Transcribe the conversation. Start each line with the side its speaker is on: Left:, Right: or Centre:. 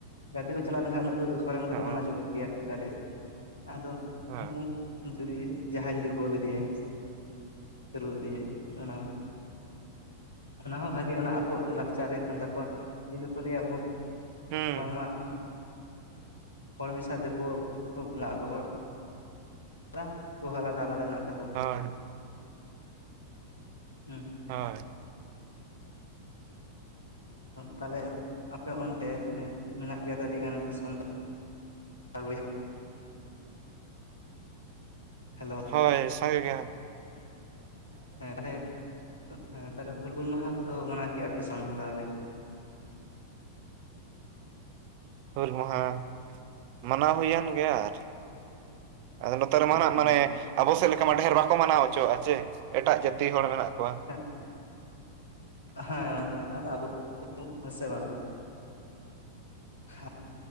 Left: ᱜᱟᱹᱰᱤ ᱠᱚ ᱪᱟᱞᱟᱣ ᱞᱮᱱᱠᱷᱟᱱ ᱩᱱᱟᱹᱜ ᱫᱚ ᱦᱚᱨᱮᱱ ᱠᱚᱫᱚ
Right: ᱦᱳᱭ
Left: ᱵᱟᱝ ᱟᱸᱚᱢ ᱜᱮᱭᱟ ᱜᱟᱹᱰᱤ ᱟᱫᱚ
Right: ᱦᱩᱸ
Left: ᱱᱚᱜᱼᱚ ᱡᱩᱫᱤ ᱡᱟᱦᱟᱸᱭ ᱡᱩᱫᱤ ᱜᱳᱞ ᱤᱫᱤᱭᱟᱭ, ᱨᱩ ᱤᱫᱤᱭᱟᱭ ᱚᱱᱟ, ᱚᱱᱟ ᱦᱚ ᱵᱷᱟᱜᱮ ᱚᱱᱟ ᱟᱠᱚᱣᱟᱜ ᱞᱟᱠᱪᱟᱨ ᱨᱮᱭᱟᱜ ᱠᱟᱱ ᱛᱟᱠᱚᱣᱟ, ᱤᱧ ᱫᱚᱠᱚ ᱞᱟᱹᱭᱟ
Right: ᱦᱳᱭ
Left: ᱵᱟᱝᱢᱟ ᱦᱚᱲ ᱢᱮᱥᱟ ᱛᱮᱠᱚ ᱵᱚᱸ ᱟᱠᱚ ᱦᱚᱲ᱾ ᱟᱞᱟ ᱟᱞᱟᱫᱟ- ᱟᱞᱟᱫᱟ ᱢᱮᱱᱟᱜ ᱠᱚᱣᱟ
Right: ᱦᱚᱭ
Left: ᱦᱩᱸ
Right: ᱦᱳᱭ᱾
Left: ᱛᱟᱦᱞᱮ, ᱟᱯᱮ ᱚᱱᱛᱮ ᱢᱮᱱᱟᱜ ᱯᱮᱭᱟ ᱟᱹᱰᱤ ᱜᱟᱱ ᱥᱟᱱ ᱛᱟᱲ ᱵᱚᱭᱦᱟ ᱦᱮᱞᱳ
Right: ᱦᱳᱭ ᱥᱚᱭ ᱜᱮᱭᱟ ᱾
Left: ᱦᱮᱸ ᱛᱟᱦᱞᱮ -ᱦᱮᱸ ᱛᱟᱦᱞᱮ ᱦᱩᱞ -ᱢᱟᱦᱟ ᱠᱚᱫᱚ ᱢᱟᱱᱟᱣ ᱠᱮᱫ ᱼᱟᱯᱮ ᱥᱟᱶ ᱛᱟᱦᱚᱞᱮ᱾
Right: ᱦᱩᱞ ᱢᱟᱦᱟ, ᱢᱟᱱᱟᱣ ᱦᱩᱭᱮᱱ ᱜᱮᱭᱟ ᱟᱨ᱾ ᱟᱫᱚ ᱱᱚᱛᱮ ᱨᱮᱢᱟᱜ
Left: ᱦᱮᱸ ᱛᱚ
Right: ᱢᱟᱱᱮ, ᱟᱵᱚ ᱥᱮᱫ ᱞᱮᱠᱟ ᱢᱟ ᱰᱷᱮᱨ ᱵᱟᱠᱚ ᱢᱟᱱᱟᱣ ᱦᱚᱪᱚᱣᱟᱜᱼᱟ ᱪᱮ, ᱮᱴᱟᱜ ᱡᱟᱹᱛᱤ ᱦᱚᱲ ᱢᱮᱱᱟᱜ ᱠᱚᱣᱟ᱾
Left: ᱦᱮᱸ᱾ ᱦᱮᱸ ᱢᱟᱛ ᱟᱫᱚ ᱟᱵᱚ ᱦᱮᱸ ᱥᱮ ᱵᱟᱝ᱾ ᱟᱞᱮ